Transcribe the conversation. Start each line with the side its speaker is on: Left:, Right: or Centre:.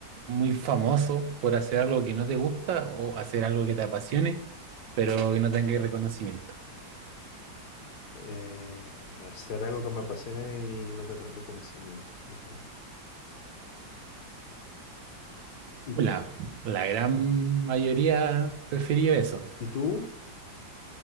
Right: muy famoso por hacer algo que no te gusta o hacer algo que te apasione, pero que no tenga reconocimiento?
Left: eh, hacer algo que me apasione y no tener reconocimiento, yo creo.
Right: Uh,
Left: ¿Y,
Right: La, la gran mayoría prefirió eso.
Left: y tú?